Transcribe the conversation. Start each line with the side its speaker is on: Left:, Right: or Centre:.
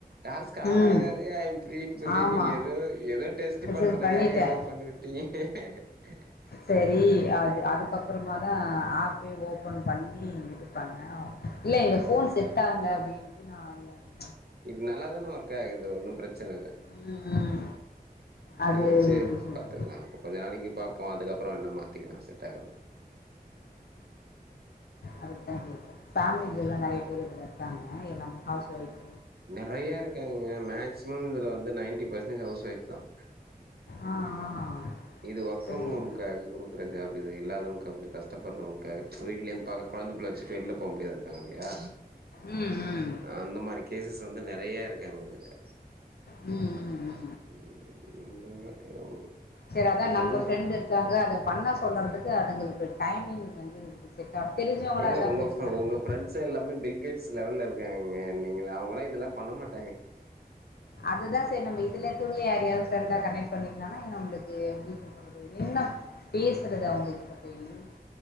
Right: டாஸ்க் ஆடாகாது
Left: ம்.
Right: ஐம் ஃப்ரீனு சொல்லி
Left: ஆமா.
Right: நீங்க ஏதோ ஏதோ டெஸ்ட்
Left: மெசேஜ்
Right: பண்றதுக்காக
Left: பண்ணிட்டேன்.
Right: ஏதோ பண்ணிவுட்டீங்க கட்டு
Left: சரி அது அதுக்கப்புறமாதான் ஆப்பே ஓபன் பண்ணி இது பண்ண இல்ல இந்த போன் செட் ஆகல அப்டின்னு <unintelligible>
Right: இப்ப நல்லாதானே ஒர்க் ஆகுது ஒன்னும் பிரச்சன இல்ல
Left: ம், ம். அது
Right: இத வச்சு
Left: எப்டி சொல்றது?
Right: பாத்துக்கலாம் இப்ப கொஞ்ச நாளைக்கு பாப் போம் அதுக்கப்புறம் என்ன மாத்திக்கலாம் செட்டாகலனா
Left: அதுக்குதான் கேக்குறேன் ஃபேமிலிக்கு எல்லாம் நறைய பேர் இதுல இருக்காங்க எல்லாம் ஹவுஸ் ஒய்ஃப்
Right: நறைய இருக்காங்க மேக்சிமம் இதுல வந்து நைன்டி பர்சன் ஹவுஸ்ஒய்ஃப் தான்
Left: ஆ ஆ
Right: இது ஒர்க் ஃப்ரம்
Left: தெரியல
Right: ஹோமுகாக குடுக்குற ஜாப் இது இல்லாதவூங்க கஷ்டப்படுறவுங் க வீட்லருந்து பாக்க குழந்தபுள்ள வச்சிட்டு வெள்ல போக முடியாதுல்ல
Left: ம் ம்
Right: அந்த மாரி கேசஸ் வந்து நறைய இருக்கு எங்கயிதுல்ல
Left: ம்ம்ம்
Right: <unintelligible>
Left: சேரி அதா நம்ம
Right: அது
Left: பிரெண்டு இருக்காங்க அத பண்ண சொல்றதுக்கு அதுக்கு கொஞ்ச டைமிங் வந்தூ செட் ஆகும் தெரிஞ்சவங்களாம்
Right: ஏங்க
Left: இருந்தால்
Right: உங்க
Left: பிரச்சனை இருக்கும்
Right: உங்க பிரெண்ட்ஸ் எல்லாமே பில்கேட்ஸ் ஸ்லெல்ல இருக்காங்கங்க நீங்க அவுங்களா இதெல்லா பண்ண மாட்டாங்க
Left: அதுதான் சார் நம்ம இதுல இருக்கிறவுங்களே யாரயாவது ஃப்ரண்டா கனெக்ட் பண்ணிக்கலாம்னா நம்மளுக்கு எப்படி சொல்றது என்ன பேசுறது அவுங்ககி <unintelligible>